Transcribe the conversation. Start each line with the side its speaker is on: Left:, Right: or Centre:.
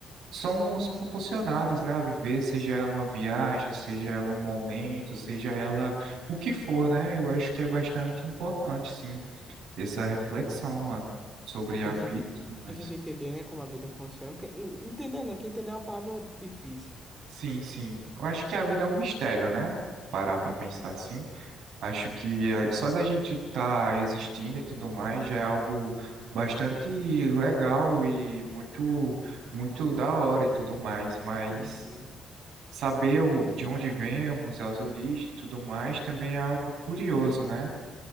Right: somos proporcionados, né, a viver, seja ela uma viagem, seja ela um momento, seja ela o que for, né? Eu acho que é bastante importante, sim, essa reflexão, mano, sobre a
Centre: A gente,
Right: vida e tudo mais.
Centre: a gente entender, né, como a vida funciona. Porque, en- entender, não, que entender é uma palavra difícil.
Right: Sim, sim. Eu acho que a vida é um mistério, né? Parar pra pensar assim. Acho que a- só da gente estar existindo e tudo mais já é algo bastante legal e muito, muito da hora e tudo mais. Mas
Centre: Uhum.
Right: saber o- de onde vemos, as origens e tudo mais também é algo curioso, né?